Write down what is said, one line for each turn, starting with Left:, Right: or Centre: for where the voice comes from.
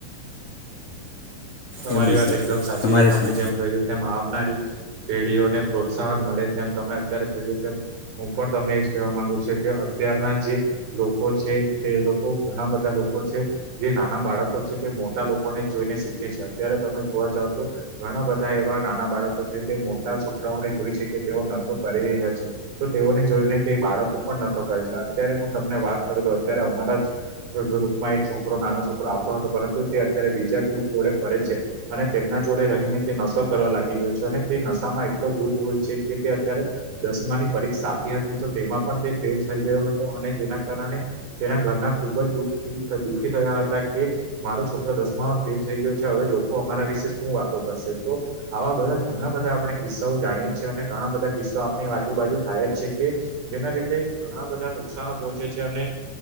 Right: તમારી
Left: એવું
Right: વાત
Left: છે
Right: એકદમ સાચી
Left: તમારે
Right: છે. તમે
Left: શું
Right: જેમ કહ્યું તેમ આવનારી પેઢીઓને પ્રોત્સાહન મળે, તેમ તમે અત્યારે કહ્યું તેમ હું પણ તમને એજ કહેવા માંગુ છું કે અત્યારના જે લોકો છે તે લોકો ઘણા બધા લોકો છે. જે નાના બાળકો છે તે મોટા લોકોને જ જોઈને શીખે છે. અત્યારે તમે જોવા જાવ તો ઘણા બધા એવા નાના બાળકો છે તે મોટા છોકરાઓને જોય છે કે તેઓ નટો કરી રહ્યા છે. તો તેઓને જોઈને તે બાળકો પણ નતો કરે છે. અત્યારે હું તમને વાત કરું તો અત્યારે અમારા જ ગ્રુપમાં એક છોકરો નાનો છોકરો આવતો હતો. પરંતુ તે અત્યારે બીજા ગ્રુપ જોડે ફરે છે. અને તેમના જોડે રહીને તે નશો કરવા લાગી ગયો છે. અને તે નશામાં એટલો ધૂત હોય છે કે તે અત્યારે દસમાની પરીક્ષા આપી હતી તો તેમાં પણ તે ફેલ થઈ ગયો હતો. અને જેના કારણે તેના ઘરના ખુબ જ દુઃખ દુઃખી થયા હતા કે મારો છોકરો દસમામાં ફેલ થઈ ગયો. હવે લોકો અમારા વિશે શું વાતો કરશે તો આવા બધા ઘણા બધા આપણે કિસ્સાઓ જાણીએ છીએ અને ઘણા બધા કિસ્સાઓ આપણી આજુબાજુ થાય જ છે કે જેના લીધે ઘણા બધા નુકશાન પોહોંચે છે અને